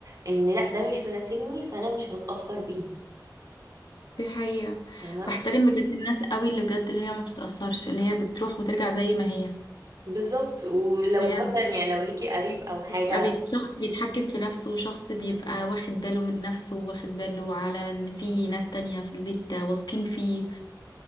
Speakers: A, on the right; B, on the left.
A: إن لأ ده مش مناسبني فأنا مش هتأثر بيه
B: دي حقيقة
A: فاهمة
B: بحترم بجد الناس قوي اللي بجد اللي هي ما بتتأثرش اللي هي بتروح وترجع زي ما هي
A: بالظبط ولو
B: بجد
A: مثلا يعني لو ليكي قريب أو حاجة
B: بقى بيت- شخص بيتحكم في نفسه وشخص بيبقى واخد باله من نفسه واخد باله على ان في ناس تانية في البيت واثقين فيه